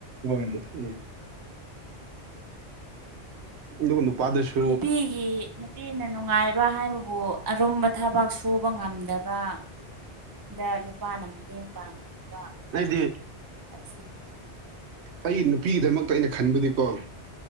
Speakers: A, on the right; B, on the right.
A: ꯍ ꯎ <inaudible> ꯑꯗꯨ ꯅꯨꯄꯥꯗꯨꯁꯨ
B: ꯅꯨꯄꯤꯒꯤ ꯅꯨꯄꯤꯅ ꯅꯨꯡꯉꯥꯏꯕ ꯍꯥꯏꯕꯕꯨ ꯑꯔꯨꯝꯕ ꯊꯕꯛ ꯁꯨꯕ ꯉꯝꯗꯕ ꯗ ꯅꯨꯄꯥꯅ ꯃꯇꯦꯡ ꯄꯥꯡꯕ
A: ꯑꯩꯗꯤ
B: ꯑꯁꯤ
A: ꯑꯩꯒꯤ ꯅꯨꯄꯤꯒꯤꯗꯃꯛꯇ ꯑꯩꯅ ꯈꯟꯕꯗꯤꯀꯣ